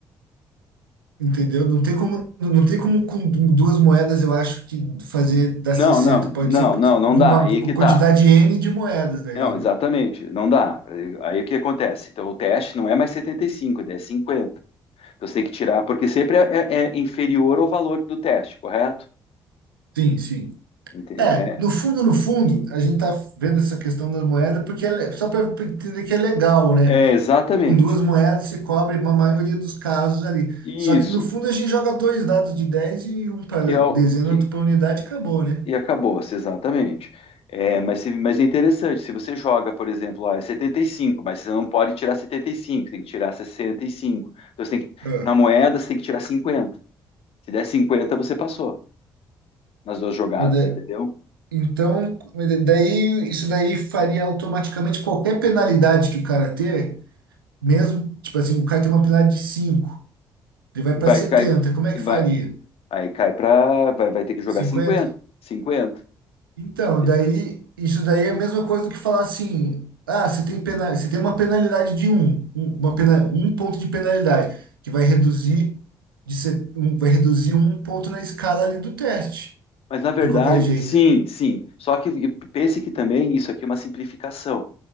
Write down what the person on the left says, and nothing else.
Não,
não,
não,
não, não
dá.
Aí é
que tá.
Não, exatamente,
não dá. Aí aí o que acontece? Então o teste não é mais 75, é 50. Então você tem que tirar, porque sempre é, é- é inferior ao valor do teste, correto?
Entende?
É,
é, exatamente.
Isso,
que é o
que
e acabou-se, exatamente. É, mas, se- mas é interessante, se você joga, por exemplo, ó, é 75, mas você não pode tirar 75, tem que tirar 65. Então você tem que,
na moeda você tem que tirar 50. Se der 50, você passou nas duas jogadas,
entendeu?
Vai
cair,
vai,
aí cai para, vai, vai ter que jogar
cinquenta cinquenta
Ente-
Mas na verdade,
sim, sim. Só que e pense que também isso aqui é uma simplificação.